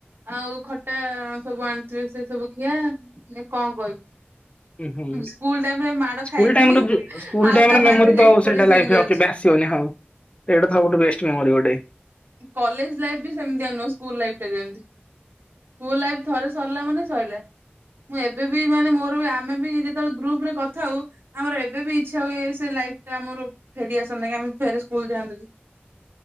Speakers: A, on the right; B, on the left.
A: ଆଉ ଖଟା ସବୁ ଆଣିଥିବେ ସେ ସବୁ ଖିଆ ଏ କଣ କହିବି
B: ହୁଁ ହୁଁ
A: ସ୍କୁଲ ଟାଇମରେ ମାଡ
B: ସ୍କୁଲ
A: ଖାଇକି
B: ଟାଇମ
A: ବି
B: ର ସ୍ଲ
A: ଆଉ
B: ଟାଇମ
A: କାହା
B: ମେମୋରି
A: ବାଡିରେ
B: ତ
A: ଯାଇ
B: ଆଉ
A: କୋଳି
B: ସେଇଟା
A: ଚୋରି
B: ଲାଇ
A: କରିଛି।
B: ଆନି ହଁ ଏଇଟା ସବୁ ବେଷ୍ଟ ମେମୋରି ଗୋଟେ।
A: କଲେଜ ଲାଇଫ୍ ବି ସେମିତିଆ ନୁହଁ ସ୍କୁଲ ଲାଇଫ ଟା ଯେମିତି। ସ୍କୁଲ ଲାଇ ଥରେ ସରିଲା ମାନ ସରିଲା। ମୁଁ ଏବେ ବି ମାନେ ମୋର ଆମେ ବି ଯେତେବେଳେ ଗ୍ରୁପ ରେ କଥା ହଉ ଆମର ଏବେ ବି ଇଚ୍ଛା ହୁଏ ସେ ଲାଇଫ ଟା ଆମର ଫେରି ଆସନ୍ତା ଆମେ ଫେରେ ସ୍କୁଲ ଯାଆନ୍ତୁ କି।